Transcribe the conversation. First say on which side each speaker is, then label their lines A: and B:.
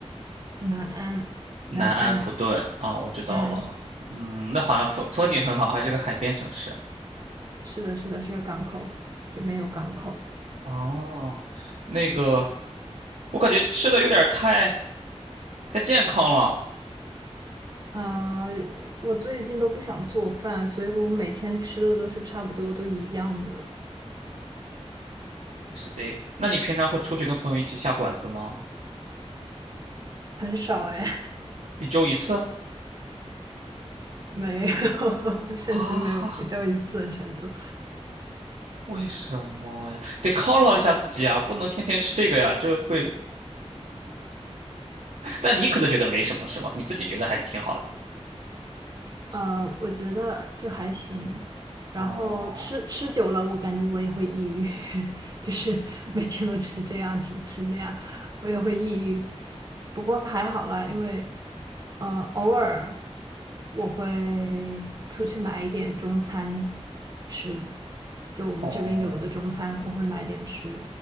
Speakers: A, on the right; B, on the right.
A: 南安，
B: 南安普顿啊，
A: 南安，
B: 我知道了。
A: 嗯，
B: 嗯，那好像风风景很好，还是个海边城市。
A: 是的，是的，是个港口，这边有港口。
B: 哦，那个，
A: 对，
B: 我感觉吃的有点儿太太健康了，
A: 啊、我最近都不想做饭，所以我每天吃的都是差不多都一样的。
B: 还是得。那你平常会出去跟朋友一起下馆子吗？
A: 很少哎，
B: 一周一次？
A: <laughs> 没有，<laughs> 甚至没有也就一次的程度。
B: 啊，为什么呀？得犒劳一下自己啊，不能天天吃这个呀，这会但你可能觉得没什么，是吧？你自己觉得还挺好的。
A: 呃，我觉得就还行。然后吃吃久了，
B: 哦
A: 我感觉我也会抑郁，<laughs> 就是每天都吃这样吃吃那样，我也会抑郁。不过还好啦，因为呃，偶尔我会出去买一点中餐吃，就我们这边有的中餐，
B: 哦，
A: 我会买点吃。